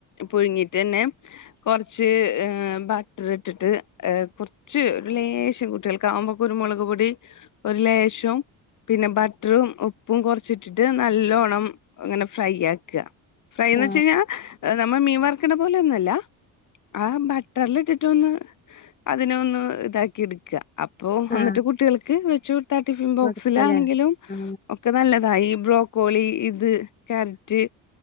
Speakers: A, on the left (about 45°); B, on the left (about 20°).
A: പുഴുങ്ങി റ്റെന്നെ കൊറച്ച് ഏഹ് ബ ട്ടറ് ഇട്ടിട്ട് ഏഹ് കൊറച്ച് ഒരു ലേശം കുട്ടികൾക്കാവുമ്പോ കുരുമുളക് പൊടി ഒരു ലേശം പിന്നെ ബട്ടറും ഉപ്പും കൊറച്ചിട്ടിട്ട് നല്ലോണം ഇങ്ങനെ ഫ്രൈ ആക്കാ ഫ്രൈന്ന്
B: ആ
A: വെച്ച് കയിഞ്ഞാ ഏഹ് നമ്മള് മീൻവറക്കണ പോലെ ഒന്നു അല്ലാ ആ ബട്ടറിലിട്ടിട്ടൊന്ന് അതിനെ ഒന്ന് ഇതാക്കിയെടുക്ക അപ്പോ
B: ആ
A: എന്നിട്ട് കുട്ടികൾക്ക് വെച്ച് ടുത്തെ ടിഫിൻ ബോക്സിലാണെങ്കിലും
B: കൊടുക്കല്ലേ ആ
A: ഒക്കെ നല്ലതാ ഈബ്ലോ കോളി ഇത് ക്യരറ്റ്